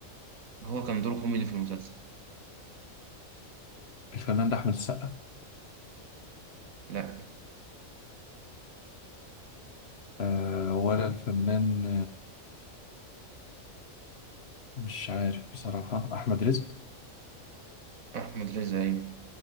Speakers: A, on the right; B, on the left.
A: هو كان دوره كوميدي في المسلسل
B: الفنان ده أحمد السقا
A: لا
B: آه ولا الفنان مش عارف بصراحة أحمد رزق
A: أحمد رزا أيوة